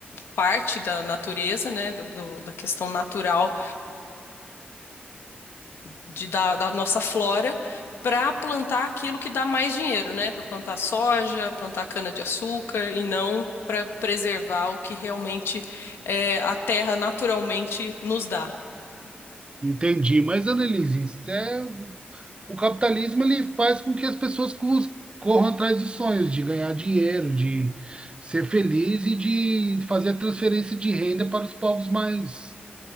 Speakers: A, on the left (about 85°); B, on the right (about 25°).
A: parte da natureza, né, do, do- da questão natural de- da, da nossa flora para plantar aquilo que dá mais dinheiro, né? Para plantar soja, plantar cana-de-açúcar e não para preservar o que realmente é, a terra naturalmente nos dá.
B: Entendi. Mas, Annelise, isso é O capitalismo ele faz com que as pessoas cus- corram atrás dos sonhos, de ganhar dinheiro, de ser feliz e de fazer a transferência de renda para os povos mais